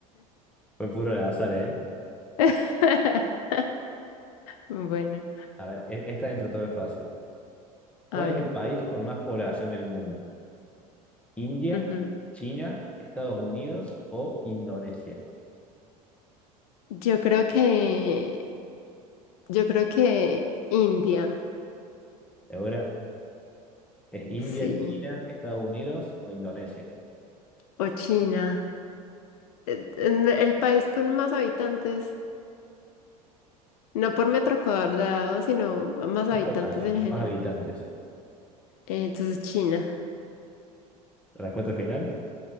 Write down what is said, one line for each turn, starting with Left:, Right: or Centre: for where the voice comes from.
Centre: Fue puro al azar, ¿eh?
Left: <laughs> Bueno,
Centre: A ver, e- esta dentro de todo es fácil. ¿Cuál
Left: a ver.
Centre: es el país con más población del mundo? ¿India,
Left: ujú.
Centre: China, Estados Unidos o Indonesia?
Left: Yo creo que, yo creo que India,
Centre: ¿Segura? ¿Es India,
Left: sí,
Centre: China, Estados Unidos o Indonesia?
Left: o China. Eh, eh, El país con más habitantes. No por metro cuadrado, sino más
Centre: Más
Left: habitantes
Centre: población,
Left: en general.
Centre: más habitantes.
Left: Eh, Entonces, China.
Centre: Respuesta final,